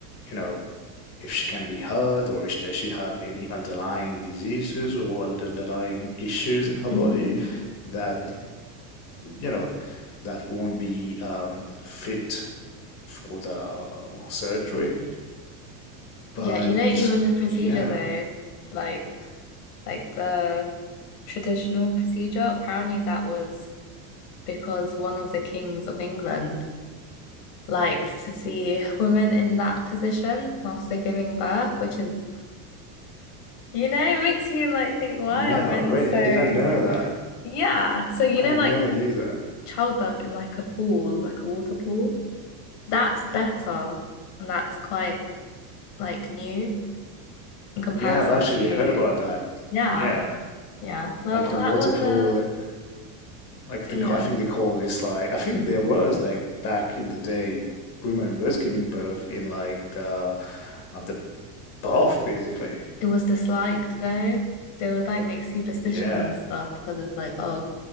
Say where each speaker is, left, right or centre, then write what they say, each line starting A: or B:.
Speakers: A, on the left (about 30°); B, on the left (about 70°).
A: you know, if she can be hurt or if does she have any underlying diseases or underlying issues in her
B: yeah.
A: body
B: hmm
A: that you know, that won't be um, fit for the surgery. But
B: Yeah, you know, even the procedure
A: yeah,
B: though, like like the traditional procedure, apparently that was because one of the kings of England liked to see women in that position whilst they're giving birth, which is, you know, it makes you like think, why
A: no,
B: are men
A: really,
B: so
A: I didn't know that.
B: yeah. So you
A: I
B: know,
A: never
B: like
A: knew that.
B: childbirth in like a pool, like a water pool, that's better and that's quite like new. in comparison
A: Yeah, I've actually
B: to
A: heard about that.
B: yeah,
A: Yeah,
B: yeah. Well,
A: like the
B: that
A: water
B: was
A: pool,
B: a
A: like
B: yeah.
A: the I think they call this like I think there was like back in the day, women was giving birth in like the um the bath basically.
B: It was disliked though. They would like make superstitions
A: Yeah,
B: and stuff because it's like, oh,